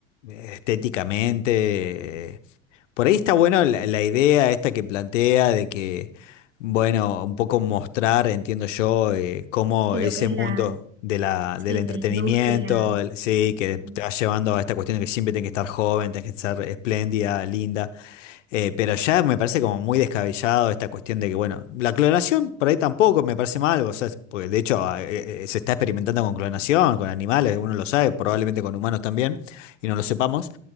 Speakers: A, on the left; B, on the right.
A: estéticamente. Por ahí está bueno la, la idea esta que plantea de que, bueno, un poco mostrar, entiendo yo, eh, cómo
B: y
A: ese
B: lo que es
A: mundo
B: la,
A: de la, del
B: sí,
A: entretenimiento,
B: la industria.
A: el- sí, que
B: sí,
A: te va llevando a esta cuestión de que siempre tienes que estar joven, tienes que estar espléndida, linda. Eh, pero ya me parece como muy descabellado esta cuestión de que, bueno, la clonación por ahí tampoco me parece mal, o sea, es- porque de hecho ah, eh, eh, se está experimentando con clonación, con animales, uno lo sabe, probablemente con humanos también, y no lo sepamos,